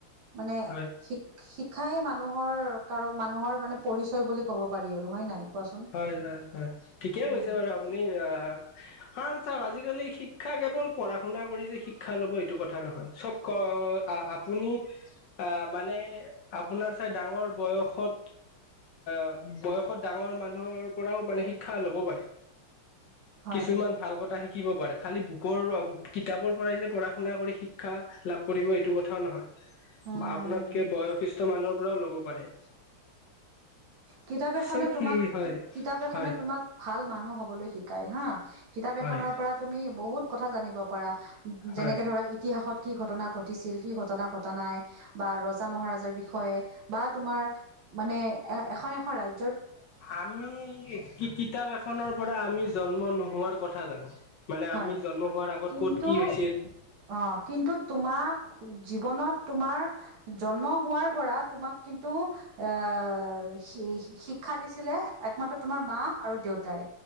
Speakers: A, on the right; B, on the left.
A: মানে,
B: হয়
A: শিক্ষ শিক্ষাই মানুহৰ কাৰণ মানুহৰ মানে পৰিচয় বুলি ক'ব পাৰি আৰু হয় নাই? কোৱাচোন
B: হয়, হয়, হয়, ঠিকেই
A: উম
B: কৈছে বাৰু আপুনি আহ কাৰণ চাওক আজিকালি শিক্ষা কেৱল পঢ়াশুনা কৰি যে শিক্ষা ল'ব এইটো কথা নহয় চব ক আহ আপুনি আহ মানে আপোনাৰ চাই ডাঙৰ বয়সত <unintelligible> বয়সত ডাঙৰ মান মানুহৰ পৰাও মানে শিক্ষা ল'ব পাৰি,
A: হয়
B: কিছুমান ভাল কথা শিক শিকিব পাৰে খালী বুকৰ কিতাপৰ পৰাই যে পঢ়া শুনা কৰি শিক্ষা লাভ কৰিব এইটো কথাও নহয়।
A: হম হম
B: আপোনাতকে
A: হম
B: বয়সিস্থ মানুহৰ পৰাও ল'ব পাৰে।
A: কিতাপ এখনে
B: চ' কি
A: তোমাক,
B: হয়
A: কিতাপ এখনে
B: হয়
A: তোমাক ভাল মানুহ হবলৈ শিক কাই হা, কিতাপ
B: হয়
A: এখনৰ পৰা তুমি বহুত কথা জানিব পাৰা, যেনেকে
B: হয়
A: ধৰা ইতিহাসত কি ঘটনা ঘটিছিল কি ঘটনা ঘটা নাই, বা ৰজা মহাৰাজাৰ বিষয়ে, বা তোমাৰ মানে এ এখন এখন ৰাই
B: আমি কি কিতাপ এখনৰ পৰা আমি জন্ম নোহোৱাৰ কথা জানো। মানে
A: হয়,
B: আমি জন্ম হোৱাৰ আগত
A: কিন্তু,
B: ক'ত কি হৈছিল
A: অ, কিন্তু তোমাক জীৱনত তোমাৰ, জন্ম হোৱাৰ পৰা তোমাক কিন্তু আহ আৰু সেই শিক্ষা দিছিলে একমাত্ৰ তোমাৰ মা আৰু দেউতাই।